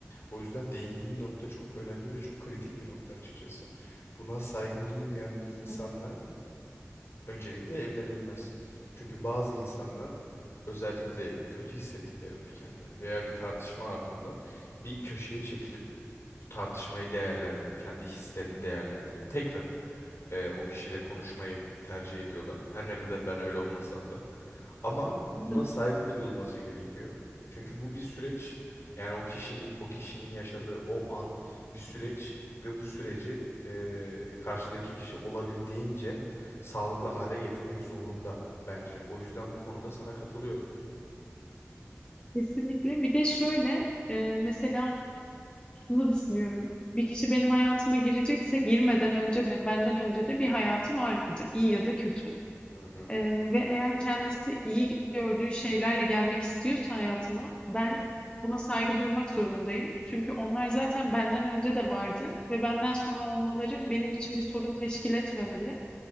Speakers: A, on the left (about 55°); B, on the left (about 20°).
A: O yüzden değindiğin nokta çok önemli ve çok kritik bir nokta açıkçası. Buna saygı duymayan bir insanla
B: Hı
A: öncelikle evlenilmez. Çünkü bazı insanlar özellikle kötü hissettiklerinde kendilerini veya bir tartışma ardından bir köşeye çekilip bu tartışmayı değerlendirip kendi hislerini değerlendirip tekrar e, o kişiyle konuşmayı tercih ediyorlar. Her ne kadar ben öyle olmasam da. Ama buna
B: hı.
A: saygı duyulması gerekiyor. Çünkü bu bir süreç. Yani o kişinin o kişinin yaşadığı o an bir süreç ve bu süreci e, karşıdaki kişi olabildiğince sağlıklı hale getirmek zorunda bence. O yüzden bu konuda sana katılıyorum.
B: Kesinlikle. Bir de şöyle e, mesela şunu düşünüyorum. Bir kişi benim hayatıma girecekse girmeden önce de benden önce de bir hayatı vardı, iyi ya da kötü.
A: Hı hı.
B: Ee, ve eğer kendisi iyi gördüğü şeylerle gelmek istiyorsa hayatıma ben buna saygı duymak zorundayım. Çünkü onlar zaten benden önce de vardı ve benden sonra olmaları benim için bir sorun teşkil etmemeli.